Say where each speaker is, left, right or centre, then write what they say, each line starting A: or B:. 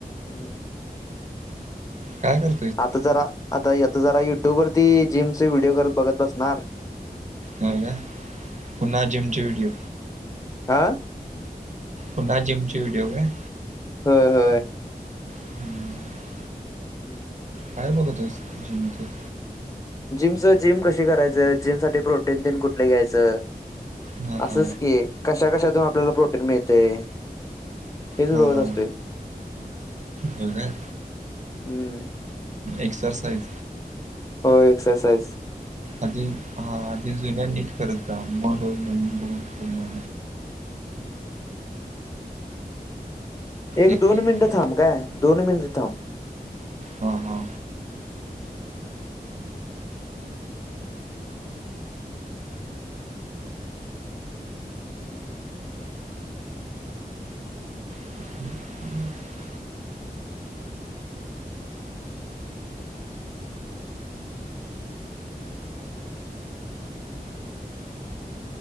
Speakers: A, on the left; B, on the right.
A: हम्म हम्म.
B: काय कर
A: आता जरा आता आता जरा युट्यूब वरती जिमचे व्हिडिओ करत बघत बसणार
B: हो ना पुन्हा जिमचे व्हिडिओ
A: आ
B: पुन्हा जिम चे व्हडिओ काय
A: व्हय.
B: हम्म.
A: हम्म.
B: काय बघतोयस जीम च?
A: जिमच जिम कशी करायचं जिम साठी प्रोटीन तेन कुठल घ्यायचं.
B: हा
A: असंच
B: हा
A: की कशा कशातून आपल्याला प्रोटीन मिळतय. हिच
B: हा
A: बघत
B: हा
A: असतोय
B: होय काय
A: हम्म.
B: एक्सरसाईज
A: हो एक्सरसाईज.
B: आधी हा आधी जुन्या नीट करत जा मग नवीन बघून पूर्ण
A: एक
B: एक्सरसाइज
A: दोन मिनिटं थांब काय दोन मिनिटं थांब.
B: हा हा. <inaudible>